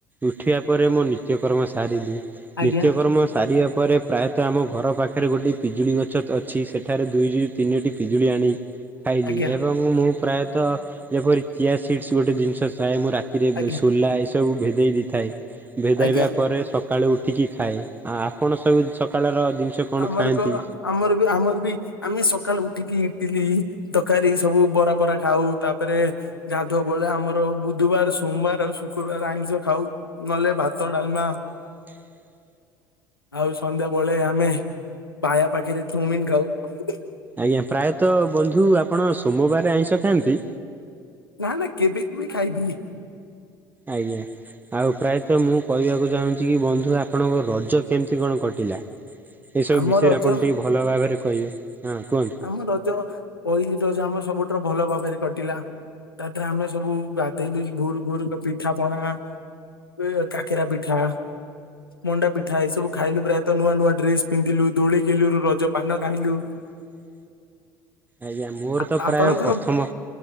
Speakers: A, on the right; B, on the left.
A: ଉଠିବା ପରେ ମୋ ନିତ୍ୟକର୍ମ ସାରିଲି।
B: ଆଜ୍ଞା
A: ନିତ୍ୟକର୍ମ ସାରିବା ପରେ ପ୍ରାୟତଃ ଆମ ଘର ପାଖରେ ଗୋଟିଏ ପିଜୁଳି ଗଛ ଅଛି ସେ ଏଠାରେ ଦୁଇ ରୁ ତିନିଟି ପିଜୁଳି ଆଣି ଖାଇଲି
B: ଆଜ୍ଞା
A: ଏବଂ ମୁଁ ପ୍ରାୟତଃ ଯେପରି ଚିଆସିଟ୍ସ୍ ଗୋଟେ ଜିନିଷ ଥାଏ ମୁଁ ରାତିରେ
B: ଆଜ୍ଞା
A: ସୋଲା ଏସବୁ ଭେଦେଇ ଦେଇଥାଏ। ଭେଦାଇବା
B: ଆଜ୍ଞା
A: ପରେ ସକାଳୁ ଉଠିକି ଖାଏ ଆ ଆପଣ ସବୁ ସକାଳର ଜିନିଷ କଣ
B: ଆମର
A: ଖାଆନ୍ତି?
B: କ ଆମର ବି ଆମର ବି ଆମେ ସକାଳୁ ଉଠିକି ଇଟିଲି ତରକାରୀ ସବୁ ବରା ବରା ଖାଉ ତାପରେ ଗାଧୁଆ ବେଳେ ଆମର ବୁଧୁବାର ସୋମବାର ଆଉ ଶୁକ୍ରବାରେ ଆଇଁଷ ଖାଉ ନହେଲେ ଭାତ, ଡ଼ାଲମା
A: ହ <inaudible>
B: ଆଉ ସନ୍ଧ୍ୟାବଳେ ଆମେ ବାୟା ପାଖରେ ଚୁଉମିନ୍ ଖାଉ।
A: ଆଜ୍ଞା ପ୍ରାୟତଃ ବନ୍ଧୁ ଆପଣ ସୋମବାରେ ଆଇଁସ ଖାଆନ୍ତି?
B: ନାଁ ନାଁ କେବେ କେବେ ଖାଇଦିଏ।
A: ଆଜ୍ଞା ଆଉ ପ୍ରାୟତଃ ମୁଁ କହିବାକୁ ଚାହୁଁଛି କି ବନ୍ଧୁ ଆପଣଙ୍କ ରଜ କେମତି କଣ କଟି ଲା ଏସବୁ
B: ଆମ
A: ବିଷୟରେ
B: ରଜ
A: ଆପଣ ଟିକେ ଭଲ ଭାବରେ କହିବେ। ହଁ କୁହନ୍ତୁ।
B: ଆମ ରଜ ପହିଲି ରଜ ଆମ ସବୁଠାରୁ ଭଲ ଭାବରେ କଟିଲା ତାଦେରେ ଆମେ ସବୁ ଗାଧେଇଲୁ ଭୋରୁ ଭୋରୁ ପିଠା ପଣା <unintelligible> କାକେରା ପିଠା। ମଣ୍ଡା ପିଠା ଏଇ ସବୁ ଖାଇଲୁ, ପ୍ରାୟତଃ ନୂଆ ନୂଆ ଡ୍ରେସ ପିନ୍ଧିଲୁ, ଦୋଳି ଖେଲୁରୁ, ରଜ ପାନ ଖାଇଲୁ
A: <inaudible> ଆଜ୍ଞା। ମୋର
B: ଆପ-
A: ତ ପ୍ରାୟ
B: ଆପଣଙ୍କର
A: ପ୍ରଥମ।